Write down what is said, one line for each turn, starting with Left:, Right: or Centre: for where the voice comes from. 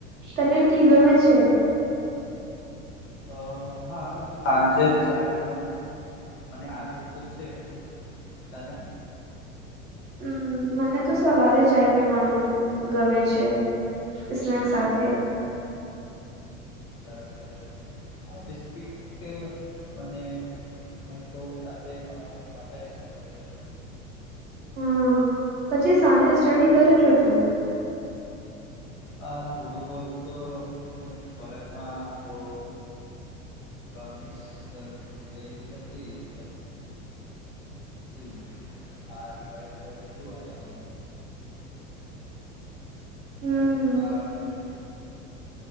Right: તને ટી ગમે છે.
Left: અહા સાજે ચાય પીવાનું મને આદત તો છે, તને
Right: હમ મને તો સવારે ચાય પીવાનું ગમે છે. <unintelligible> સાથે
Left: તરત તરત હ બિસ્કીટ મને હુંતો સાથે ખાવાનું મન થાય
Right: હમ પછી સાંજે સ્ટડી કરું છું, તું
Left: આ થોડુંક કરતો કોલેજમાં તો મિસ ગયેલી હતી <unintelligible> હા રિવાઈવ કરી છું, અને
Right: હમ
Left: બસ હા બધું